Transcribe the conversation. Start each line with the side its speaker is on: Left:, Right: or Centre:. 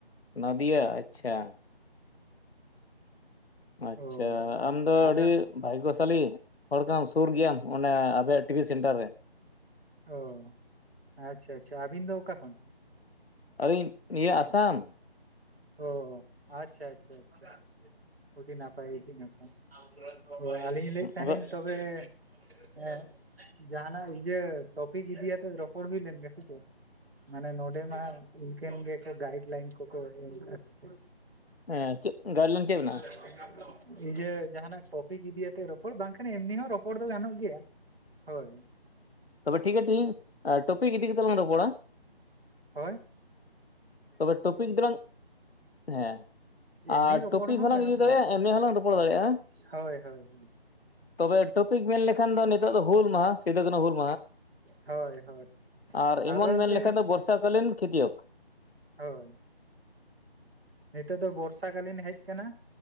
Left: ᱱᱚᱫᱤᱭᱟ ᱟᱪᱷᱟ ᱟᱪᱷᱟ
Right: ᱚ
Left: ᱟᱢᱫᱚ
Right: ᱟᱫᱚ
Left: ᱟᱹᱰᱤ ᱵᱷᱟᱜᱜᱚ ᱥᱟᱞᱤ ᱦᱚᱲ ᱠᱟᱱᱟᱢ ᱥᱩᱨ ᱜᱮᱭᱟᱢ ᱚᱱᱮ ᱟᱯᱮᱭᱟᱜ ᱴᱤᱵᱷᱤ ᱥᱮᱱᱴᱟᱨ ᱨᱮ
Right: ᱚ ᱟᱪᱷᱟ-ᱟᱪᱷᱟ ᱟᱹᱵᱤᱱ ᱫᱚ ᱚᱠᱟ ᱠᱷᱚᱱ?
Left: ᱟᱹᱞᱤᱧ ᱤᱭᱟᱹ ᱟᱥᱟᱢ
Right: ᱚ ᱟᱪᱷᱟ- ᱟᱪᱷᱟ, ᱟᱪᱷᱟ ᱩᱰᱤ ᱱᱟᱯᱟᱭ-ᱩᱰᱤ ᱱᱟᱯᱟᱭ ᱦᱳᱭ ᱟᱹᱞᱤᱧ ᱞᱟᱹᱭᱮᱫ ᱛᱟᱦᱮᱱᱟ.
Left: ᱟᱫᱚ
Right: ᱧ ᱛᱚᱵᱮ ᱦᱮᱸ ᱡᱟᱦᱟᱱᱟᱜ ᱤᱭᱟᱹᱮ ᱴᱚᱯᱤᱠ ᱤᱫᱤᱭᱟ ᱠᱟᱛᱮ ᱨᱚᱯᱚᱲ ᱦᱩᱭ ᱞᱮᱱ ᱜᱮ ᱥᱮ ᱪᱮ ᱢᱟᱱᱮ ᱱᱚᱰᱮ ᱢᱟ ᱤᱱᱠᱟᱹᱱ ᱜᱮᱠᱚ ᱜᱟᱭᱤᱰ ᱞᱟᱭᱤᱱ ᱠᱚᱠᱚ ᱮᱢ ᱠᱟᱜ-ᱟ᱾
Left: ᱦᱮᱸ ᱪᱮᱫ ᱜᱟᱭᱤᱰ ᱞᱟᱭᱤᱱ ᱪᱮᱫ ᱢᱮᱱᱟᱜᱼᱟ?
Right: ᱟᱢ ᱛᱚ ᱤᱭᱟᱹ ᱡᱟᱦᱟᱱᱟᱜ ᱴᱚᱯᱤᱠ ᱤᱫᱤᱛᱮ ᱨᱚᱯᱚᱲ ᱵᱟᱝᱠᱷᱟᱱ ᱮᱢᱱᱤ ᱦᱚᱸ ᱨᱚᱯᱚᱲ ᱫᱚ ᱜᱟᱱᱚᱜ ᱜᱮᱭᱟ ᱦᱚᱭ
Left: ᱛᱚᱵᱮ ᱴᱷᱤᱠ ᱟᱪᱷᱮ ᱛᱮᱦᱮᱧ ᱴᱚᱯᱤᱠ ᱤᱫᱤ ᱠᱟᱛᱮᱜ ᱞᱟᱝ ᱨᱚᱯᱚᱲᱟ
Right: ᱦᱚᱭ
Left: ᱛᱚᱵᱮ ᱴᱚᱯᱤᱠ ᱫᱚᱞᱟᱝ ᱦᱮᱸ
Right: ᱮᱢᱱᱤ
Left: ᱟᱨ
Right: ᱨᱚᱯᱚᱲ
Left: ᱴᱚᱯᱤᱠ
Right: ᱦᱚᱸ
Left: ᱦᱚᱸᱞᱟᱝ
Right: ᱜᱟᱱᱚᱜ
Left: ᱤᱫᱤ ᱫᱟᱲᱮᱭᱟᱜᱼᱟ
Right: ᱜᱮᱭᱟ
Left: ᱮᱢᱱᱮ ᱦᱚᱞᱟᱝ ᱨᱚᱯᱚᱲ ᱫᱟᱲᱮᱭᱟᱜᱼᱟ᱾
Right: ᱦᱳᱭ ᱦᱳᱭ ᱦᱳᱭ
Left: ᱛᱚᱵᱮ ᱴᱚᱯᱤᱠ ᱢᱮᱱ ᱞᱮᱠᱷᱟᱱ ᱫᱚ ᱱᱤᱛ ᱫᱚ ᱦᱩᱞ ᱢᱟᱦᱟ ᱥᱤᱫᱩ, ᱠᱟᱱᱦᱩ ᱦᱩᱞ ᱢᱟᱦᱟ ᱾
Right: ᱦᱚᱭ -ᱦᱚᱭ
Left: ᱟᱨ
Right: ᱟᱵᱚ
Left: ᱮᱢᱚᱱ
Right: ᱮᱱᱛᱮ
Left: ᱢᱮᱱ ᱞᱮᱠᱷᱟᱱ ᱫᱚ ᱵᱚᱨᱥᱟ ᱠᱟᱞᱤᱱ ᱠᱷᱮᱛᱤᱭᱚᱠ
Right: ᱦᱚᱭ ᱱᱤᱛᱚᱜ ᱫᱚ ᱵᱚᱨᱥᱟ ᱠᱟᱞᱤᱱ ᱦᱮᱡ ᱟᱠᱟᱱᱟ